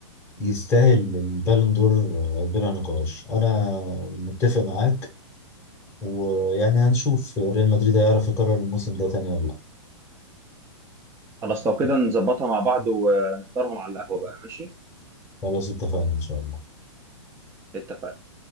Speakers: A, on the left; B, on the right.
A: يستاهل البالون دور آه، بلا نقاش أنا متفق معاك ويعني هنشوف ريال مدريد هيعرف يكرر الموسم ده تاني ولا لأ
B: خلاص لو كده نظبطها مع بعض ونختارهم على القهوه بقى ماشي
A: خلاص اتفقنا إن شاء الله
B: اتفقنا